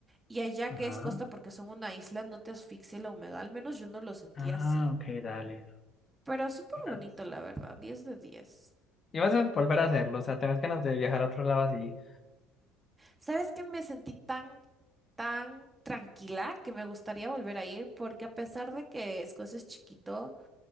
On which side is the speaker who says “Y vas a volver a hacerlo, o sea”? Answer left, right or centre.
Left